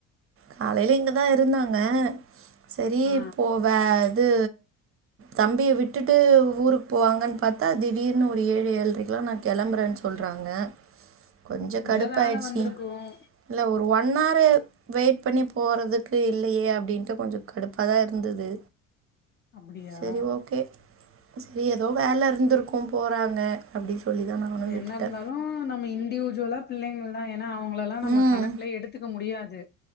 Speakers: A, on the right; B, on the left.
A: காலைல இங்கதா இருந்தாங்க சரி
B: ஆ
A: ப்போ வ து தம்பியை விட்டுட்டு ஊருக்கு போவாங்கன்னு பார்த்தா திடீர்னு ஒரு ஏழு ஏழுரைக்குல்லாம் நான் கிளம்புறேன்னு சொல்றாங்க கொஞ்சோ
B: எதாவதுவேல
A: கடுப்பாயிடுச்சு
B: வந்திருக்கும்
A: இல்ல ஒரு ஒன் ஆரு வெயிட் இப்பண்ணி போறதுக்கு இல்லயே அப்டின்ட்டு கொஞ்சம் கடுப்பாதான் இருந்தது
B: அப்டியா
A: சரி ஓகே சரி ஏதோ வேலை இருந்திருக்கும் போறாங்க அப்டி சொல்லி தா நானு
B: என்ன
A: விட்டுட்டே
B: இருந்தாலும் நம்ம இண்டிவிஜுவலா பிள்ளைங்கல்லா ஏன்னா அவங்கள எல்லா நம்ம
A: ம்
B: கணக்குலயே எடுத்துக்க முடியாது